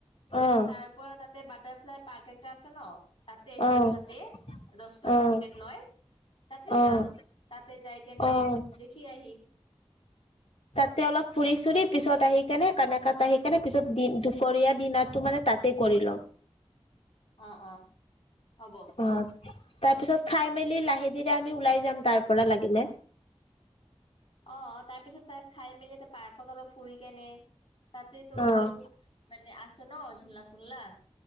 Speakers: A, on the left; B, on the left.
A: অ
B: তাৰ পৰা তাত বাটাৰফ্লাই পাৰ্ক এটা আছে ন তাতে
A: অ',
B: চিজুচাতে দছ
A: অ',
B: টকা টিকেট লয় তাতে
A: অ',
B: যাম তাতে যাই কেনে
A: অ',
B: দেখি আহিম <unintelligible>
A: তাতে অলপ ফুৰি চুৰি পিছত আহি কেনে কানেকাত আহি কেনে পিছত দুপৰীয়া দিনাৰটো মানে তাতে কৰি লম
B: অ', অ'। হ'ব
A: অ'। তাৰ পিছত খাই মেলি লাহে ধিৰে আমি ওলাই যাম তাৰ পৰা লাগিলে।
B: অ', তাৰ পিছত তাক খাই মেলি এটা পাৰ্কত অলপ ফুৰি কেনে তাতে তোক
A: অ',
B: একো মানে আছে ন' ঝুুলনাা চুনলা।